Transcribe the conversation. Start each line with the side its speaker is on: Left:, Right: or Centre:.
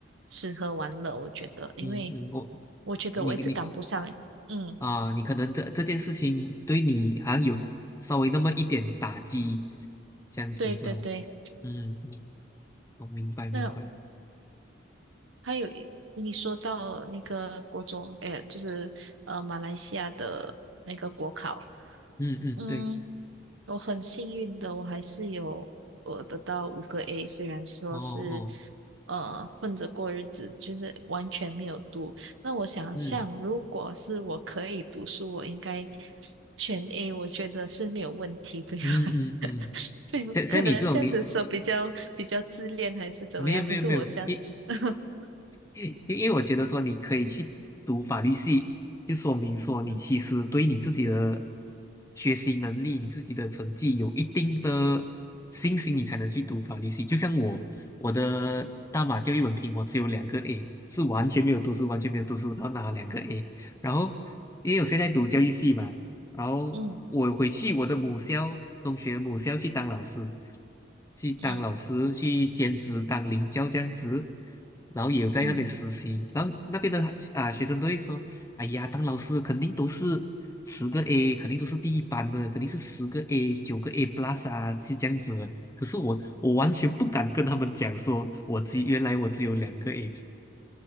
Right: 吃喝玩乐，我觉得，因为
Left: 嗯嗯，我
Right: 我觉得我一直赶不上。
Left: 你你
Right: 嗯，
Left: 啊、你可能这这件事情对你好像有稍微那么一点打击，这样子是吧？
Right: 对对对。
Left: 嗯嗯，我明白明白，
Right: 那还有一你说到那个国中，哎，就是呃马来西亚的那个国考，
Left: 嗯嗯对，
Right: 嗯。我很幸运的，我还是有我得到五个 A，虽然说是
Left: 哦哦，
Right: 呃混着过日子，就是完全没有读。那我想象，
Left: 嗯
Right: 如果是我可以读书，我应该全 A，我觉得是没有问题，对吧？
Left: 嗯嗯嗯，
Right: <laughs> 对，
Left: 像像你这种你
Right: 可能这样子说比较比较自恋还是怎么样，
Left: 没有没有没有，
Right: 可是我想，
Left: 因
Right: <laughs>
Left: 因因为我觉得说你可以去读法律系，就说明说你其实对你自己的
Right: 嗯
Left: 学习能力、你自己的成绩有一定的信心，你才能去读法律系。就像我，我的大马教育文凭我只有两个 A，是完全没有读书，完全没有读书，然后拿了两个 A。然后因为我现在读教育系嘛，然后我回去我的母校，
Right: 嗯
Left: 中学的母校去当老师，去当老师，
Right: 嗯
Left: 去兼职当领教这样子，然后也有在那边实习，
Right: 嗯。
Left: 然后那边的啊学生都会说，哎呀，当老师肯定都是十个 A，肯定都是第一班的，肯定是十个 A、九个 A plus 啊，是这样子的。可是我我完全不敢跟他们讲说，我只原来我只有两个 A，